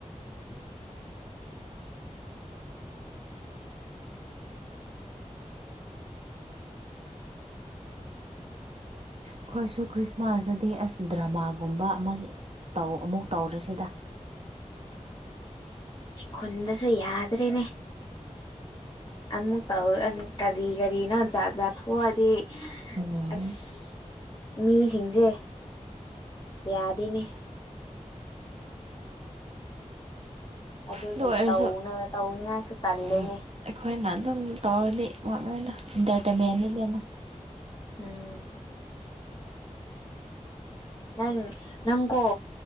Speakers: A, on the right; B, on the left.
A: ꯑꯈꯣꯏꯁꯨ ꯈ꯭ꯔꯤꯁꯃꯥꯁꯇꯗꯤ ꯑꯁ ꯗ꯭ꯔꯃꯥꯒꯨꯝꯕ ꯑꯃ ꯇꯧ ꯑꯃꯨꯛ ꯇꯧꯔꯁꯤꯗ
B: ꯈꯨꯟꯗꯁꯨ ꯌꯥꯗ꯭ꯔꯦꯅꯦ
A: <unintelligible>
B: ꯑꯃꯨꯛ ꯇꯧ ꯀꯔꯤ ꯀꯔꯤꯅꯣ ꯖꯥꯠ ꯖꯥꯠ ꯊꯣꯛꯑꯗꯤ
A: ꯎꯝ
B: ꯑꯁ ꯃꯤꯁꯤꯡꯁꯦ ꯌꯥꯗꯦꯅꯦ ꯑꯗꯨꯒꯤ
A: ꯑꯗꯨ ꯑꯣꯏꯔꯁꯨ
B: ꯇꯧꯅ ꯇꯧꯅꯤꯡꯉꯥꯏꯁꯨ ꯇꯜꯂꯦꯅꯦ
A: ꯎꯝ ꯑꯩꯈꯣꯏꯅ ꯑꯗꯨꯝ ꯇꯧꯔꯗꯤ <unintelligible> ꯏꯟꯇꯔꯇꯦꯟꯃꯦꯟꯅꯤꯗꯅ
B: ꯎꯝ ꯅꯪ ꯅꯪꯀꯣ